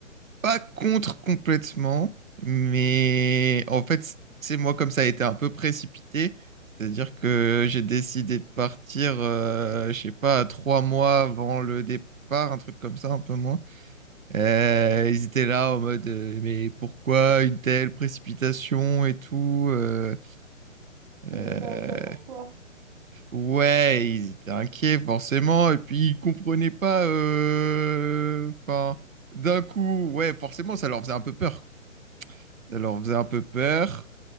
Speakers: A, on the right; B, on the right.
A: pas contre complètement, mais en fait, c'est moi comme ça a été un peu précipité. C'est-à-dire que j'ai décidé de partir, euh, je sais pas, trois mois avant le départ, un truc comme ça, un peu moins. Euh, ils étaient là en mode, euh, mais pourquoi une telle précipitation et tout euh,
B: Ils
A: euh,
B: étaient inquiets pour toi.
A: Ouais, ils étaient inquiets forcément, et puis ils comprenaient pas. euh, Enfin, d'un coup, ouais, forcément, ça leur faisait un peu peur.
B: Mm.
A: Ça leur faisait un peu peur.